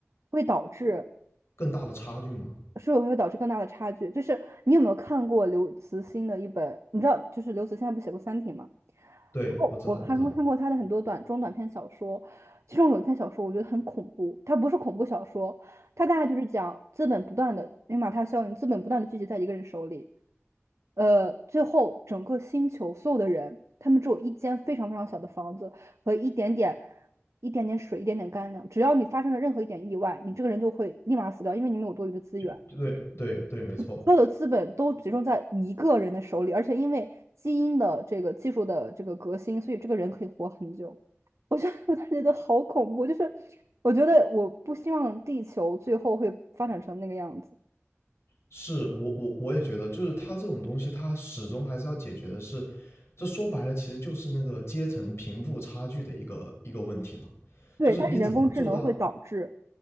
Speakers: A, on the right; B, on the left.
A: 会导致。
B: 更大的差距嘛。
A: 是否会导致更大的差距。就是你有没有看过刘慈欣的一本？你知道，就是刘慈欣他不写过《三体》吗？
B: 对，
A: 然后我看过看过他的很多短中短篇小说，
B: 我知道，我知道，
A: 其中有一篇小说我觉得很恐怖，它不是恐怖小说，它大概就是讲资本不断的因为马太效应，资本不断的聚集在一个人手里，呃，最后整个星球所有的人，他们只有一间非常非常小的房子和一点点、一点点水、一点点干粮。只要你发生了任何一点意外，你这个人就会立马死掉，因为你没有多余的资源。
B: 就就对对对，没错，
A: 所有的资本都集中在一个人的手里，而且因为基因的这个技术的这个革新，所以这个人可以活很久。我觉得 <laughs> 我当时觉得好恐怖，就是我觉得我不希望地球最后会发展成那个样子。
B: 是我我我也觉得，就是它这种东西，它始终还是要解决的是，这说白了其实就是那个阶层贫富差距的一个一个问题嘛，
A: 对，
B: 就是你怎么做到
A: 但是人工智能会导致